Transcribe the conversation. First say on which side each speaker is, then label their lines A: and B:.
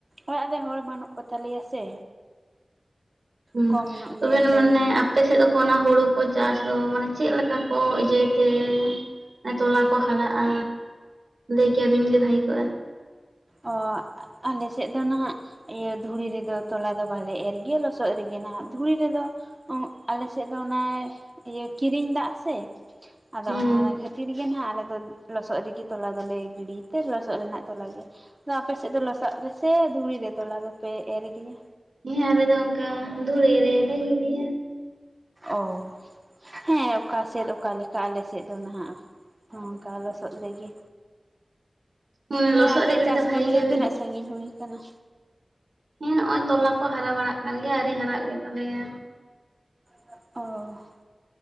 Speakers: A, on the right; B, on the right.
A: ᱚᱲᱟᱜ ᱨᱮ ᱦᱚᱲ ᱵᱟᱹᱱᱩᱜ ᱠᱚ ᱛᱟᱞᱮᱭᱟ ᱥᱮ᱾
B: ᱦᱩᱸ
A: ᱠᱚᱢ ᱧᱚᱜ
B: ᱛᱚᱵᱮᱱ
A: ᱜᱮᱭᱟᱞᱮ
B: ᱢᱟᱱᱮ ᱟᱯ ᱟᱯᱮ ᱥᱮᱫ ᱫᱚᱠᱚ ᱚᱱᱟ ᱦᱳᱲᱳ ᱠᱚ ᱪᱟᱥ ᱫᱚ ᱢᱟᱱᱮ ᱪᱮᱫ ᱞᱮᱠᱟ ᱠᱚ ᱤᱭᱟᱹᱭ ᱛᱮ? ᱮ ᱛᱚᱞᱟ ᱠᱚ ᱦᱟᱨᱟᱜᱼᱟ, ᱞᱟᱹᱭ ᱠᱮᱭᱟᱵᱤᱱ ᱜᱮ ᱵᱷᱟᱜᱮ ᱠᱚᱜᱼᱟ᱾
A: ᱚ ᱟᱞᱮ ᱥᱮᱫ ᱫᱚ ᱱᱟᱦᱟᱸᱜ ᱤᱭᱟᱹ ᱫᱷᱩᱲᱤ ᱨᱮᱫᱚ ᱛᱚᱞᱟ ᱫᱚ ᱵᱟᱞᱮ ᱮᱨ ᱜᱮᱭᱟ ᱞᱚᱥᱚᱫ ᱨᱮᱜᱮ ᱱᱟᱦᱟᱸᱜ, ᱫᱷᱩᱲᱤ ᱨᱮᱫᱚ ᱚᱸᱜ ᱟᱞᱮ ᱥᱮᱫ ᱫᱚ ᱚᱱᱟ ᱤᱭᱟᱹ ᱠᱤᱨᱤᱧ ᱫᱟᱜ ᱥᱮ, ᱟᱫᱚ
B: ᱦᱮᱸ
A: ᱚᱱᱟ ᱨᱮ ᱠᱷᱟᱹᱛᱤᱨ ᱜᱮ ᱱᱟᱦᱟᱸᱜ ᱟᱞᱮ ᱫᱚ ᱞᱚᱥᱚᱫ ᱨᱮᱜᱮ ᱛᱚᱞᱟ ᱫᱚᱞᱮ ᱜᱤᱰᱤ ᱛᱮ ᱞᱚᱥᱚᱫ ᱨᱮᱱᱟᱜ ᱛᱚᱞᱟ ᱜᱮ ᱟᱯᱮ ᱥᱮᱫ ᱫᱚ ᱞᱚᱥᱟᱜ ᱨᱮᱥᱮ ᱫᱷᱩᱲᱤ ᱨᱮ ᱛᱚᱞᱟ ᱫᱚᱯᱮ ᱮᱨ ᱜᱮᱭᱟ?
B: ᱦᱮᱸ ᱟᱞᱮ ᱫᱚ ᱚᱱᱠᱟ ᱫᱷᱩᱲᱤ ᱨᱮᱞᱮ ᱜᱤᱰᱤᱭᱟ᱾
A: ᱚ ᱦᱮᱸ ᱚᱠᱟ ᱥᱮᱫ ᱚᱠᱟ ᱞᱮᱠᱟ ᱟᱞᱮ ᱥᱮᱫ ᱫᱚ ᱱᱟᱦᱟᱸᱜ ᱦᱚᱸ ᱚᱱᱠᱟ ᱞᱚᱥᱚᱫ ᱨᱮᱜᱮ
B: ᱩᱸ
A: ᱛᱟᱦᱞᱮ
B: ᱞᱚᱥᱚᱫ
A: ᱟᱯᱮᱭᱟᱜ
B: ᱨᱮ ᱜᱤᱲᱤ
A: ᱪᱟᱥ
B: ᱫᱚ ᱵᱷᱟᱜᱤ
A: ᱠᱟᱹᱢᱤ
B: ᱜᱮ ᱦᱳᱭᱳᱜ
A: ᱛᱤᱱᱟᱹᱜ ᱥᱟᱺᱜᱤᱧ ᱦᱩᱭ ᱟᱠᱟᱱᱟ?
B: ᱦᱮᱸ ᱱᱚᱜᱼᱚᱭ ᱛᱚᱞᱟ ᱠᱚ ᱦᱟᱨᱟ ᱵᱟᱲᱟᱜ ᱠᱟᱱ ᱜᱮᱭᱟ ᱟᱹᱣᱨᱤ ᱦᱟᱨᱟᱜ ᱜᱮᱛᱟᱞᱮᱭᱟ᱾
A: ᱚ᱾